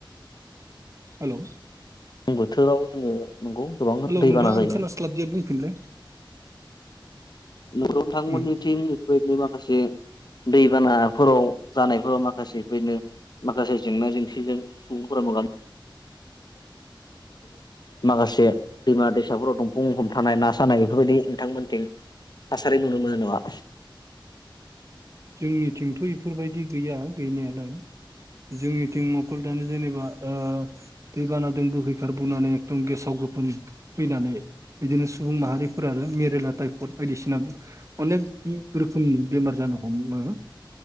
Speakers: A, on the right; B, on the left.
A: हेलौ
B: बोथोराव जोङो नंगौ गोबां
A: हेलौ
B: दैबाना
A: नोंथां आं
B: जायो!
A: खोनास्लाबदिया बुंफिनलाय
B: न'राव थांमोननिथिं
A: उम
B: बेफोरबायदिनो माखासे- दैबानाफोराव जानायफोराव माखासे बेनो माखासे जेंना जेंसिजों सुबुंफोरा मोगा माखासे दैमा दैसाफोराव दंफां हम थानाय ना सानाय बेफोरबायदि- नोंथांमोनथिं थासारि नुनो मोनोनाय नङा!
A: जोंनिथिंथ' इफोरबायदि गैया गैनायालाय जोंनिथिं मखल दानि जेनेबा ओ दै बाना दोन बोहैखार बोननानै एकदम गेसाव गोफोन फैनानै- बिदिनो सुबुं माहारिफोर आरो मेरेला टाइफड बायदिसिना अनेक रोखोमनि बेमार जानो- हमो!